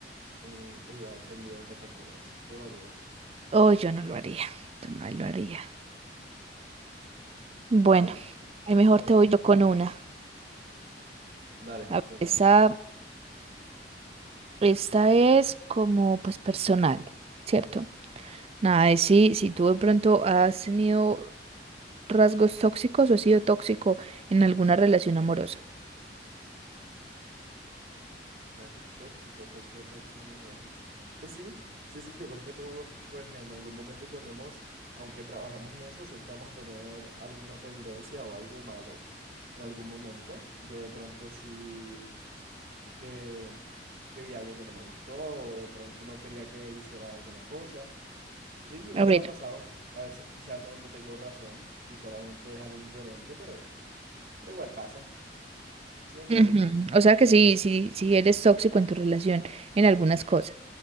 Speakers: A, on the right (about 55°); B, on the right (about 35°).
A: mm, igual son millones de personas. Yo lo haría.
B: Oh, yo no lo haría. Yo no lo haría. Bueno,
A: Bueno,
B: ahí mejor
A: está
B: te
A: bien.
B: voy yo con una.
A: Dale,
B: A ver,
A: cuéntame.
B: esta, esta es como pues personal, ¿cierto? Nada, es si, si tú de pronto has tenido rasgos tóxicos o ha sido tóxico en alguna relación amorosa.
A: Rasgos tóxicos, he sido tóxico en una relación. Pues sí, sí, sí, yo creo que todos, pues en algún momento tenemos, aunque trabajemos en eso, siempre vamos a tener alguna tendencia o algo malo en algún momento. Yo de pronto sí que, que vi algo que no me gustó o de pronto no quería que hiciera alguna cosa. Pues sí, yo,
B: A
A: eso
B: ver,
A: ha pasado. A veces quizá no, no tengo razón y solamente es algo incoherente, pero, pero igual pasa. ¿Sí me entiendes?
B: ujú, O sea que sí, sí, sí eres tóxico en tu relación en algunas cosas.